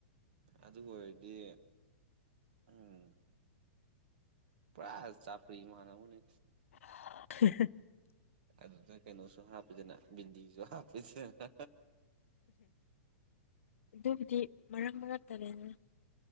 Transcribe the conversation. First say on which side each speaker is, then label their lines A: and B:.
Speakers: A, on the right; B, on the left.
A: ꯑꯗꯨ ꯑꯣꯏꯔꯗꯤ ꯎꯝ ꯄꯨꯔꯥ ꯆꯥꯞꯄ꯭ꯔꯤ ꯃꯥꯜꯂꯝꯒꯅꯤ
B: <unintelligible>
A: ꯑꯗꯨꯗ ꯀꯩꯅꯣꯁꯨ ꯍꯥꯞꯄꯤꯗꯅ ꯕꯤꯟꯗꯤꯁꯨ ꯍꯥꯞꯄꯤꯗꯅ
B: ꯑꯗꯨꯕꯨꯗꯤ ꯃꯔꯛ ꯃꯔꯛ ꯇꯥꯅꯦꯅꯦ